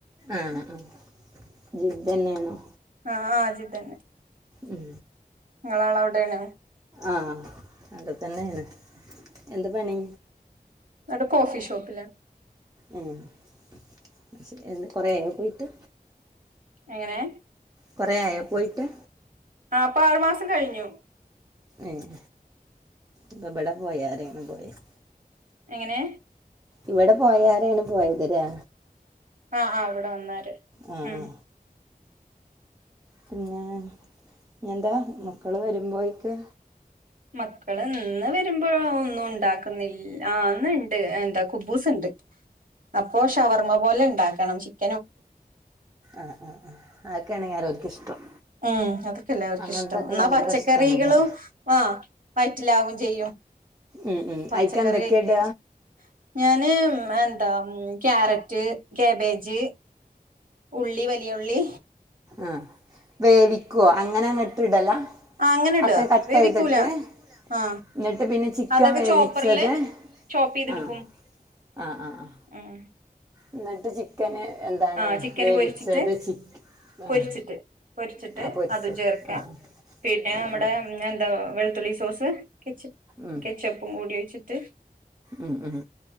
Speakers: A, on the right; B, on the right.
A: ആ ആ ജിദ്ദന്നെണോ
B: ആ ആ അ ജിദ്ദന്നെ
A: ഉം
B: നിങ്ങളാളെവിടെയാണ്
A: ആഹ അവിടെ തന്നെണ് എന്താ പണി
B: എന്നട്ട് കോഫിഷോപ്പിലാ
A: ഉം കൊറെയായോ പോയിട്ട്
B: എങ്ങനെ
A: കൊറെആയോ പോയിട്ട്
B: ആ ഇപ്പൊ ആറുമാസം കഴിഞ്ഞു
A: ങെ പ്പോ ഇബടെ പോയാരെ ആണ് പോയത്
B: എങ്ങനെ
A: ഇവിടെ പോയാരെണ് പോയത് ലെ
B: ആ ആ അവിടെ വന്നരെ
A: ആ
B: ഉം
A: ആ പിന്നെ ഇനിയെന്താ മക്കള് വരുമ്പോഴേക്ക്
B: മക്കള് ഇന്ന് വരുമ്പോ ഒന്നും ഉണ്ടാക്കുന്നില്ല ആ ന്ന്ണ്ട് എന്താ കുബൂസ്ണ്ട് അപ്പോഷവർമ്മ പോലെ ഇ ഉണ്ടാക്കണം ചിക്ക
A: അ ആ ആ അക്കെണ് അരോൽക് ഇഷ്ടം.
B: ഉം അതൊക്കെല്ലേ അവർക്ക്ഷ്ടം
A: അങ്ങനത്തെ ഒക്കെ
B: എന്നാ
A: ഭയങ്കര
B: പച്ചക്കറികളും
A: ഇഷ്ടമാണ് കാര
B: അ വയറ്റിലാവും ചെയ്യും
A: ഉം ഉം
B: പച്ചക്കറി
A: ആയിക്കെന്തെക്കേ
B: കഴിക്കുകയും
A: ഇട?
B: ചെയ്യും ഞാന് എന്താ ക്യാരറ്റ്. കാബേജ് ഉള്ളി വലിയുള്ളി
A: അ വേവിക്കോ അങ്ങനെങ്ങ ഇടല
B: അ അങ്ങനെ ഇട
A: ഒക്കെ കട്ട്
B: വേവിക്കൂല
A: ചെയ്തിട്ട്
B: ആ
A: എന്നിട്ട് പിന്നെ ചിക്കൻ
B: അതൊക്കെ
A: വേവിച്ചത്
B: ചോപ്പറില് ചോപ്പെയ്തെടുക്കും
A: ആഹ് ആഹ് ആഹ് ആഹ്
B: ഉം
A: എന്നിട്ട് ചിക്കന് എന്താണ്
B: ആ ചിക്കൻ
A: വേവിച്ചത്
B: പൊരിച്ചിട്ട്
A: ചിക്
B: പൊരിച്ചിട്ട്
A: ആഹ്
B: പൊരിച്ചിട്ട്
A: ആഹ് പൊരിച്ചത്
B: അതും ചേർക്ക
A: ആഹ്
B: പിന്നെ
A: ആഹ്
B: നമ്മടെ
A: ആഹ്
B: എന്താ വെളുത്തുള്ളി സോസ് സ് കെച്ച
A: ഉം
B: കെച്ചപ്പും കൂടി ഒഴിച് ത്ത്
A: ഉം ഉം